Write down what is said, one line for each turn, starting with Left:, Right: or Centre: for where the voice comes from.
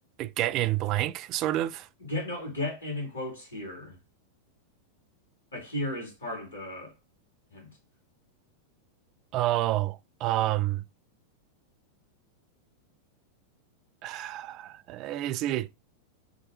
Right: get in blank, sort of.
Left: Get no get in in quotes here. Like here is part of the hint.
Right: Oh, um, <sighs> is it?